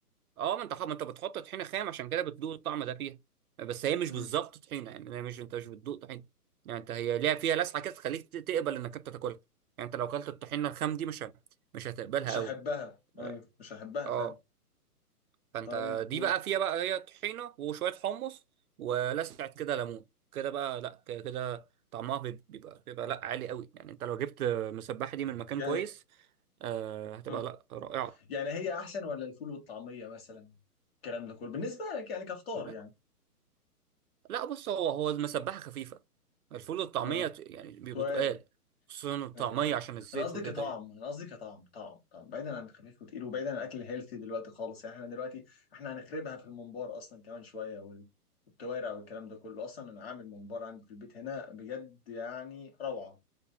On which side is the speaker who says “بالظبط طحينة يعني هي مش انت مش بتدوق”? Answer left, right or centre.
Right